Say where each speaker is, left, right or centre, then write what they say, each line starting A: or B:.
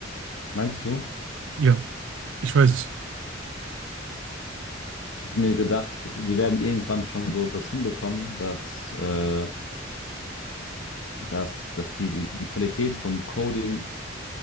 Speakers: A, on the left; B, on the right.
A: meinst du?
B: Ja, ich weiß es.
A: Ich hätte mir gedacht, die werden irgendwann schon so das hinbekommen, dass, äh, dass, dass die, die die Qualität von Coding